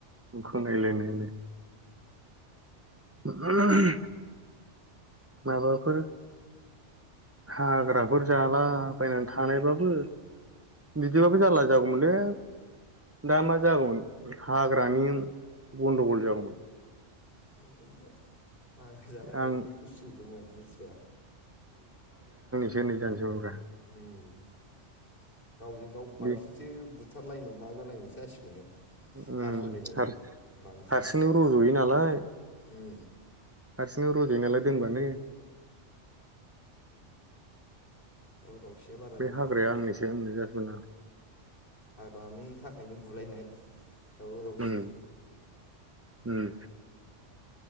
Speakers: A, on the right; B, on the left.
A: मोखां नायलाय-नायलाय <inaudible> माबाफोर हाग्राफोर जाला बायनानै थानायबाबो बिदिबाबो जारला जागौमोनलै दा मा जागौमोन हाग्रानि गन्दगल जागौमोन
B: <inaudible> हाग्रा जालाबायनानै
A: आं
B: <unintelligible> सोमोन <unintelligible>
A: दिनै जानजौरा
B: <inaudible> गावजों गाव बांसिनसो
A: बे
B: बुथारलायनाय मा जालायनायसो जासिगौमोन
A: उम
B: नासयलायनायनो
A: हार
B: बांसिननो
A: हारसिंनो रज'यो नालाय
B: उम
A: हार नरजायनालाय दोनबानो
B: दावराव-दावसिया बारा
A: बे
B: जागौमोन
A: हाग्राया आंनिसो होननाय जासिगोन आं
B: हाग्रानि थाखायनो बुलायनाय। दावराव दावसि
A: उम उम